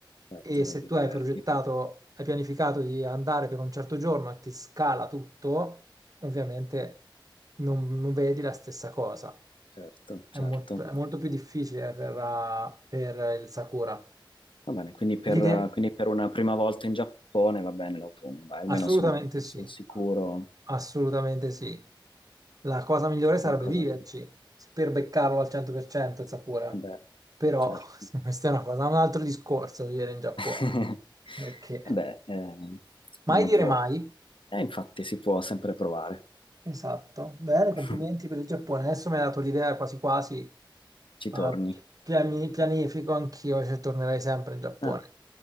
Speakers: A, on the left; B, on the right.
A: certo,
B: e
A: eh,
B: se
A: li
B: tu hai
A: perdi.
B: progettato, hai pianificato di andare per un certo giorno e ti scala tutto, ovviamente non non vedi la stessa cosa.
A: Certo,
B: È
A: certo.
B: molto, è molto più difficile per, eh, per il Sakura.
A: Va bene, quindi per,
B: L'idea?
A: quindi per una prima volta in Giappone va bene l'autunno, dai, almeno
B: Assolutamente
A: sono un po' più
B: sì,
A: sul sicuro
B: assolutamente sì. La cosa migliore
A: che
B: sarebbe
A: qualcosa
B: viverci
A: di... Eh
B: per beccarlo al 100% il Sakura.
A: beh,
B: Però
A: certo.
B: <laughs> questa è una cosa, un altro discorso vivere in Giappone.
A: <laughs>
B: Perché
A: Eh beh, eh,
B: mai
A: uno
B: dire
A: può...
B: mai.
A: Eh, infatti si può sempre provare.
B: Esatto. Bene, complimenti
A: <laughs>
B: per il Giappone. Adesso mi hai dato l'idea quasi quasi.
A: Ci torni.
B: eh, piani- pianifico anch'io, cioè tornerei sempre in Giappone.
A: Ah.